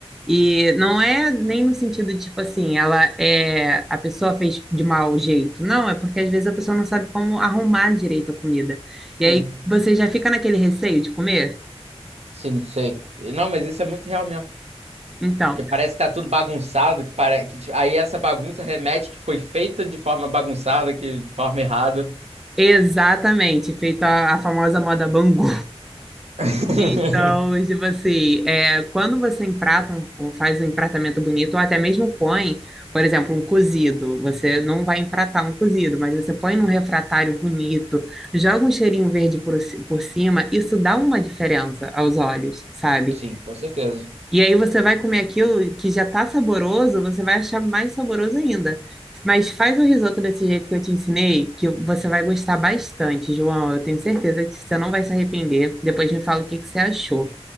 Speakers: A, in the centre; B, on the right.
A: E não é nem no sentido tipo assim, ela é a pessoa fez de mau jeito. Não, é porque às vezes a pessoa não sabe como arrumar direito a comida. E
B: Sim,
A: aí você já fica naquele receio de comer.
B: sim, sei. Não, mas isso é muito real mesmo.
A: Então,
B: Que parece que tá tudo bagunçado, que para que tipo, aí essa bagunça remete que foi feita de forma bagunçada, que de forma errada.
A: Exatamente, feito a, a famosa moda Bangu.
B: <laughs>
A: Então, tipo assim, é, quando você emprata, um- um- faz um empratamento bonito, ou até mesmo põe, por exemplo, um cozido, você não vai empratar um cozido, mas você põe num refratário bonito, joga um cheirinho verde por, ci- por cima, isso dá uma diferença aos olhos, sabe?
B: Sim, com certeza.
A: E aí você vai comer aquilo que já tá saboroso, você vai achar mais saboroso ainda. Mas faz o risoto desse jeito que eu te ensinei, que você vai gostar bastante, João. Eu tenho certeza que você não vai se arrepender. Depois me fala o que que você achou.